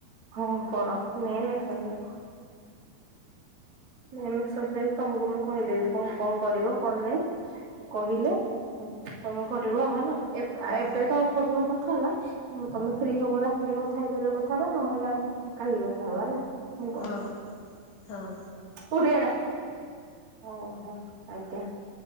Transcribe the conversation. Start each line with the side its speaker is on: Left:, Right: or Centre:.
Right: ହଁ କର ମେନ୍ ଏକ୍ସରସାଇଜ। ମେନ୍ ଏକ୍ସର୍ସାଇଜ ତମକୁ ମୁଁ କହିଦେବି କଣ କଣ କରିବ କଣ ନାହିଁ। କହିଲେ ତମେ କରିବ ଆଉ ହେଲା
Left: ହଁ
Right: ଏବେ ତ ଅଳ୍ପ ସମୟ କଥା ହବା। ତମେ ଫ୍ରି ହବ ରାତିରେ କଥା ହେଇପାରିବ କଥା ହବା ନହେଲେ କାଲି କଥା ହବା ହେଲା। ମୁଁ
Left: ହଁ ହଁ।
Right: ପୁଡ଼ିଆଟା। ଓହୋ ଆଜ୍ଞା